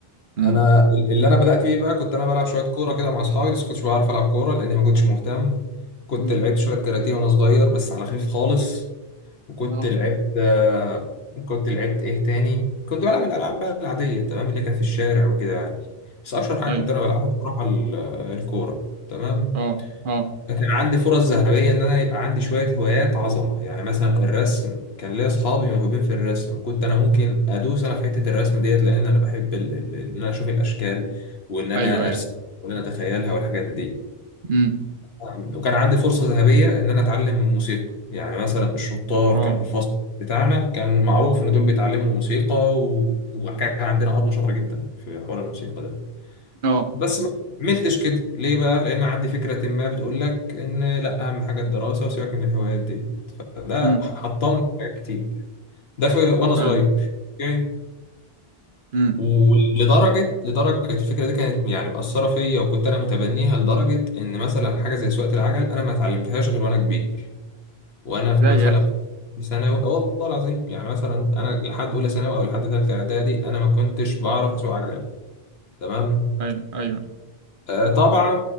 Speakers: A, on the right (about 60°); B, on the left (about 75°).
A: امم
B: أنا ال- اللي أنا بدأت بيه بقى كنت أنا بلعب شوية كورة كده مع أصحابي بس كنتش بعرف ألعب كورة لأني ما كنتش مهتم كنت
A: امم
B: لعبت شوية كاراتيه وأنا صغير بس على خفيف خالص وكنت
A: اه
B: لعبت آه، كنت لعبت ايه تاني كنت بلعب الالعاب بقى العاديه تمام اللي كانت في الشارع وكده يعني بس اشهر حاجه
A: ايوه
B: كنت انا بلعبها بصراحه ال- الكوره تمام
A: اه اه
B: فكان عندي فرص ذهبيه ان انا يبقى عندي شويه هوايات عظمه يعني مثلا الرسم كان ليا اصحابي موهوبين في الرسم كنت انا ممكن ادوس انا في حته الرسم ديت لان انا بحب ال- ال- ان انا اشوف الاشكال وان انا
A: ايوه ايوه
B: ارسم وان انا اتخيلها والحاجات دي
A: امم
B: نعم. وكان عندي فرصة ذهبية إن أنا أتعلم موسيقى يعني مثلا الشطار
A: اه
B: كانوا في الفصل بتاعنا كان معروف إن دول بيتعلموا موسيقى و... وكان عندنا أبلة شاطرة جدا في حوار الموسيقى ده
A: اه
B: بس ما عملتش كده ليه بقى؟ لأن عندي فكرة ما بتقول لك إن لأ أهم حاجة الدراسة وسيبك من الهوايات دي فده
A: امم
B: حطمني في حاجات كتير ده في... وأنا صغير
A: ايوه
B: أوكي
A: امم
B: ولدرجة لدرجة الفكرة دي كانت يعني مأثرة فيا وكنت أنا متبنيها لدرجة إن مثلا حاجة زي سواقة العجل أنا ما اتعلمتهاش غير وأنا كبير وانا
A: ازاي
B: في مثلا
A: يا اخي
B: في ثانوي آه والله العظيم يعني مثلا انا لحد اولى ثانوي او لحد ثالثه اعدادي انا ما كنتش بعرف اسوق عجله تمام
A: ايوه ايوه
B: آه طبعا